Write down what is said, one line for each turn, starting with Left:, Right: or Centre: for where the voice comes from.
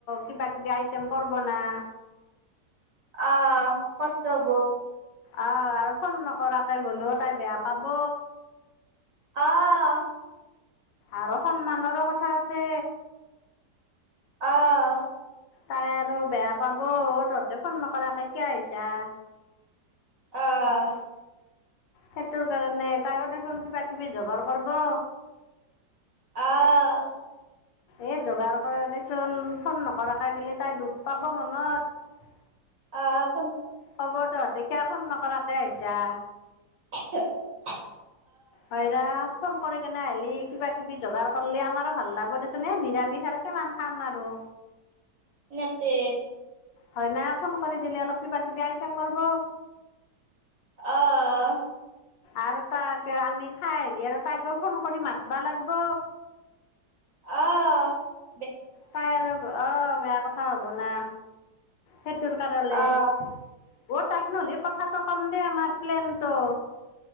Left: কিবা কিবি আইটেম কৰব ন
Right: আহ কষ্ট্তব
Left: আহ আৰু ফোন নকৰাকে গলোও তাই বেয়া পাব।
Right: অহ
Left: আৰ সন্মানৰো কথা আছে।
Right: অহ
Left: তাই আৰু বেয়া পাব তহঁতে ফোন নকৰাকে কিয় আহিছা?
Right: অহ
Left: সেইটোৰ কাৰণে তাইও দেখোন কিবা কিবি জগাৰ কৰ্ব
Right: অহ
Left: এ যোগাৰ কৰে দেচোন ফোন নকৰাকৈ গেলি তাই দুখ পাব মনত
Right: অ
Left: ক'ব তহঁতি কিয়া ফোন ন কৰাকে আহিছা?
Right: এহে এহ!
Left: হয় না? ফোন কৰি কেনে আহিলি কিবা কিবি যোগাৰ কৰলি আমাৰো ভাল লাগব দেচোন এ নিৰামিষ আৰু কিমান খাম আৰু
Right: নেতে
Left: হয় না? ফোন কৰি দিলে অলপ কিবা কিবি আইটেম কৰ'ব
Right: অহ! !
Left: আৰু তা হতে আমি খাই আহিলি আৰু তাইকো ফোন কৰি মাতবা লাগ'ব
Right: অহ
Left: তাই আৰু অ বেয়া কথা হ'ব না সেইটোৰ কাৰলে
Right: অ
Left: অ তাইক নহললে কথাটো কম দেই আমাৰ প্লেনটো